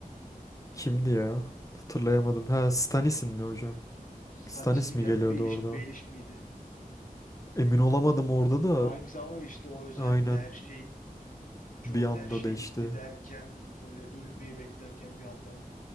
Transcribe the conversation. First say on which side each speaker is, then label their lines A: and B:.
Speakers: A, on the left (about 20°); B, on the left (about 60°).
A: Kimdi ya? Hatırlayamadım. Ha Stannis'in mi hocam? Stannis
B: Hani ismi
A: mi
B: geldi
A: geliyordu
B: Baelish,
A: orada?
B: Baelish miydi?
A: Emin olamadım orada da
B: Hangisi ama işte o özellikle
A: aynen
B: her şey
A: bir
B: John
A: anda
B: her şey
A: değişti.
B: bitti derken bir böyle ölmeyi beklerken bir anda